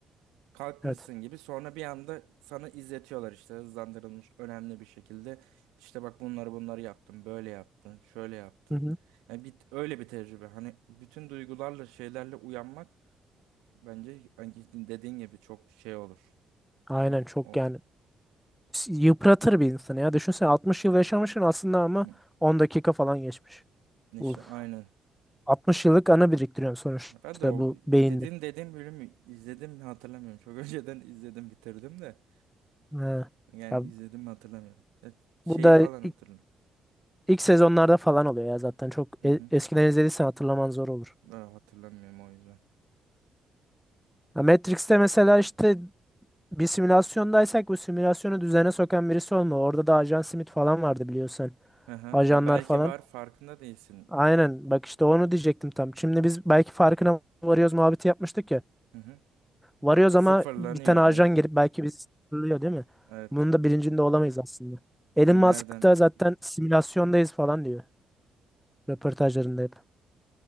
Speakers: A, on the right (about 70°); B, in the centre.
A: kalkmışsın
B: Evet.
A: gibi sonra bir anda sana izletiyorlar işte hızlandırılmış önemli bir şekilde işte bak bunları bunları yaptın böyle yaptın şöyle yaptın
B: Hı hı.
A: yani bir, öyle bir tecrübe hani bütün duygularla şeylerle uyanmak bence hani dediğin gibi çok şey olur
B: Aynen
A: yani
B: çok
A: o
B: yani S- yıpratır bir insanı ya. Düşünsene 60 yıl yaşamışsın aslında ama
A: hı,
B: 10 dakika falan geçmiş.
A: işte
B: Uf.
A: aynı
B: 60 yıllık ana biriktiriyorsun sonuçta
A: ben de o
B: bu beyinde.
A: dediğin dediğim bölümü izledim mi hatırlamıyorum çok <laughs> önceden izledim bitirdim de
B: Ha.
A: yani
B: Ya
A: izledim mi hatırlamıyorum Ya şeyi
B: bu da
A: falan hatırlıyorum
B: ilk, ilk sezonlarda falan oluyor ya zaten çok
A: hı
B: e-
A: hı.
B: eskiden izlediysen hatırlaman zor olur.
A: Daha hatırlamıyorum o yüzden
B: Ya Matrix'te mesela işte bir simülasyondaysak bu simülasyonu düzene sokan birisi olma. Orada da Ajan Smith falan vardı biliyorsun.
A: Hı hı.
B: Ajanlar
A: Ya belki
B: falan.
A: var farkında değilsin.
B: Aynen bak işte onu diyecektim tam. Şimdi biz belki farkına varıyoruz muhabbeti yapmıştık ya.
A: Hı hı.
B: Varıyoruz ama
A: Sıfırlanıyor
B: bir tane ajan
A: evet.
B: gelip belki bizi sınırlıyor değil mi?
A: Evet.
B: Bunun da bilincinde olamayız aslında. Elon
A: Nereden?
B: Musk da zaten simülasyondayız falan diyor. Röportajlarında hep.